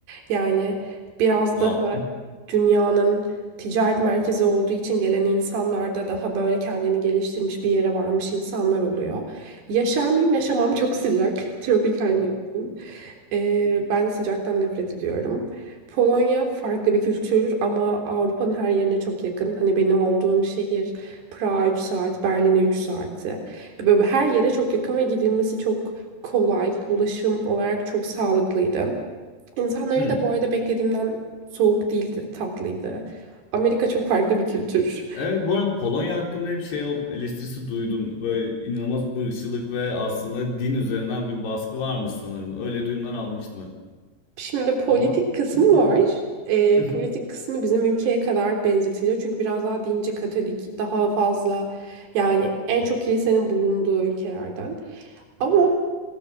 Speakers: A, on the right (about 85°); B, on the left (about 80°).
A: Yani biraz
B: Wow.
A: daha dünyanın ticaret merkezi olduğu için gelen insanlarda daha böyle kendini geliştirmiş bir yere varmış insanlar oluyor. Yaşar mıyım? Yaşamam çok sıcak. Tropikal mevsim. Ee, ben sıcaktan nefret ediyorum. Polonya farklı bir kültür ama Avrupa'nın her yerine çok yakın. Hani benim olduğum şehir Prag'a 3 saat, Berlin'e 3 saatti. E, Böyle her yere çok yakın ve gidilmesi çok kolay. Ulaşım olarak çok sağlıklıydı. İnsanları
B: Hmm.
A: da bu arada beklediğimden soğuk değildi, tatlıydı. Amerika çok farklı bir kültür.
B: Evet bu arada Polonya hakkında hep şey ol- eleştirisi duydum. Böyle inanılmaz ırkçılık ve aslında din üzerinden bir baskı varmış sanırım. Öyle duyumlar almıştım hep.
A: Şimdi politik
B: Ama
A: kısmı
B: <laughs>
A: var. Ee,
B: <laughs>
A: politik kısmı bizim ülkeye kadar benzetiliyor. Çünkü biraz daha dinci Katolik, daha fazla yani en çok kilisenin bulunduğu ülkelerden. Ama